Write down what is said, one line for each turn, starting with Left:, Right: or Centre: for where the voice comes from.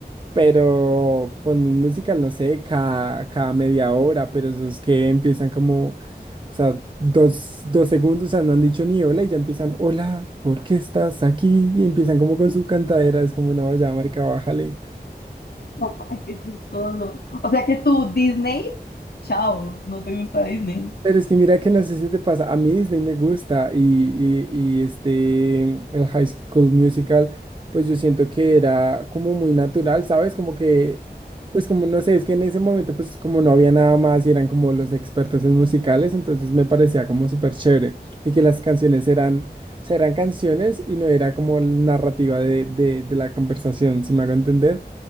Right: pero ponme un musical, no sé, cada, cada media hora, pero esos que empiezan como, o sea, dos, dos segundos, o sea, no han dicho ni hola y ya empiezan, hola, ¿por qué estás aquí? Y empiezan como con su cantadera, es como, no, ya, marica, bájale.
Left: <laughs> Ay, qué chistoso. O sea, que tú, Disney, chao, no te gusta Disney.
Right: Pero es que mira que no sé si te pasa, a mí Disney me gusta y, y, y este, el High School Musical, pues yo siento que era como muy natural, ¿sabes? Como que, pues como no sé, es que en ese momento pues como no había nada más y eran como los expertos en musicales, entonces me parecía como súper chévere y que las canciones eran, o sea, eran canciones y no era como la narrativa de, de, de la conversación, si me hago entender.